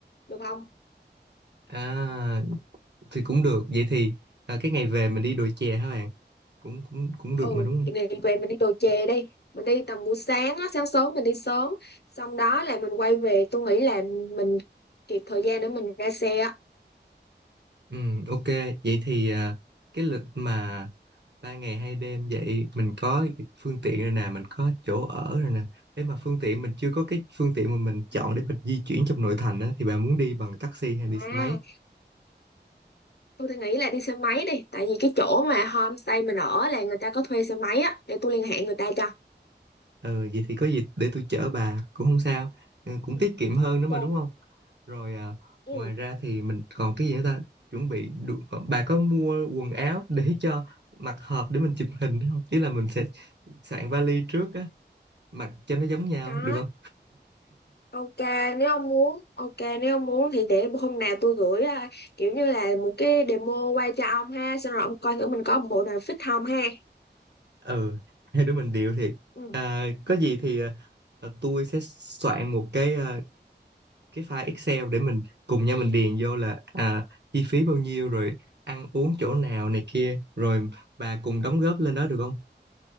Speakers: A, on the left; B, on the right.
A: được không
B: à thì cũng được vậy thì à, cái ngày về mình đi đồi chè hả bạn cũng cũng cũng
A: ừ
B: được mà đúng không
A: ngày về mình đi đồ chè đi mình đi tầm buổi sáng á sáng sớm mình đi sớm xong đó là mình quay về tôi nghĩ là mình kịp thời gian để mình ra xe á
B: Ừ, ok, vậy thì à, cái lịch mà ba ngày hai đêm vậy mình có phương tiện rồi nè, mình có chỗ ở rồi nè. Thế mà phương tiện mình chưa có cái phương tiện mà mình
A: Ừ.
B: chọn để mình di chuyển trong nội thành á, thì bà muốn đi bằng taxi hay đi
A: à
B: xe máy?
A: Tôi đang nghĩ là đi xe máy đi, tại vì cái chỗ mà homestay mình ở là người ta có thuê xe máy á, để tôi liên hệ người ta cho.
B: Ừ, vậy thì có gì để tôi chở bà cũng không sao, ừ, cũng
A: Ừ,
B: tiết kiệm hơn
A: ok.
B: nữa mà đúng không? Rồi à,
A: Ừ.
B: ngoài ra thì mình còn cái gì nữa ta? Chuẩn bị đủ- ờ, bà có mua quần áo để cho mặc hợp để mình chụp hình không? Ý là mình sẽ soạn vali trước mặc cho nó giống nhau
A: Có,
B: được không
A: ok, nếu ông muốn, ok, nếu ông muốn thì để hôm nào tôi gửi à, kiểu như là một cái demo qua cho ông ha, xong rồi ông coi thử mình có bộ nào fit không ha.
B: ừ hai đứa mình điệu thiệt
A: Ừ.
B: à, có gì thì à, à, tôi sẽ soạn một cái à, cái file Excel để mình cùng nhau mình điền vô là à, chi phí bao nhiêu rồi ăn uống chỗ nào này kia rồi bà cùng đóng góp lên đó được không